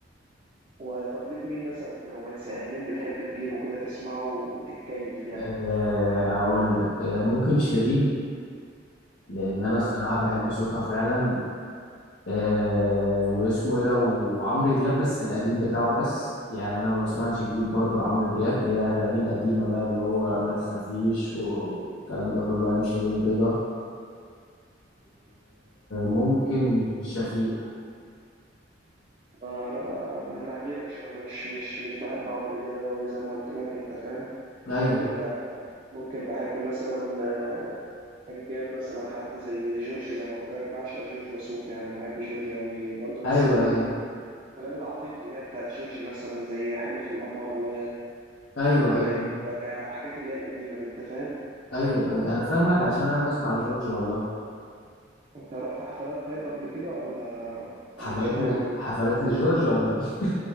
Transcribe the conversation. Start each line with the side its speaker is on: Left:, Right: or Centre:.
Right: وطب ليك مين مثلا في الرومانس يعني مين بتحب تجيبه كده تسمعه وتتكيف يعني؟
Left: أه هقول لك أه ممكن شيرين لان انا
Right: آه
Left: الصراحه بحب صوتها فعلا أه واسمه ايه ده وعمرو دياب بس القديم بتاعه بس يعني انا ما بسمعش جديد برضه لعمرو دياب هي اغانيه القديمه بقى اللي هو ما تخافيش والكلام ده كله ايام شيرين رضا وممكن شفيق
Right: آه، أنا بقى أنا غيرك شوية أنا مش مش مش بحب عمرو دياب أوي زي ما قلت لك أنت فاهم؟
Left: ايوه
Right: ممكن بقى ممكن بحب مثلا آه، كان جاب مثلا حد زي جورج زي ما قلت لك بعشق جورج وسوف يعني بحب جورج قوي برضه بس
Left: ايوه
Right: الاغاني
Left: ايوه
Right: الاغاني العتيقه اللي هي بتاعت جورج مثلا زي حلف القمر و...
Left: ايوه
Right: و...
Left: ايوه
Right: وداع الحاجات اللي هي القديمه دي انت فاهم
Left: ايوه ايوه انا فاهمك عشان انا بسمع جورج والله
Right: انت رحت حفلات طيب قبل كده ولا ولا
Left: حفلات
Right: مش جوك
Left: ل... حفلات لجورج ولا إيه؟